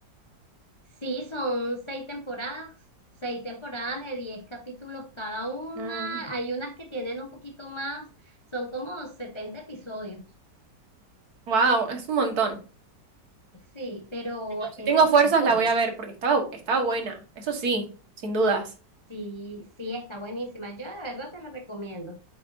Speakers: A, on the left; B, on the right.
A: Sí, son seis temporadas, seis temporadas de diez capítulos cada una.
B: Mm,
A: Hay unas que tienen un poquito más, son como 70 episodios.
B: wow, es un montón.
A: Sí, pero
B: Si
A: eh,
B: tengo fuerzas,
A: es buena.
B: la voy a ver porque estaba, estaba buena. Eso sí, sin dudas.
A: Sí, sí, está buenísima. Yo de verdad te la recomiendo.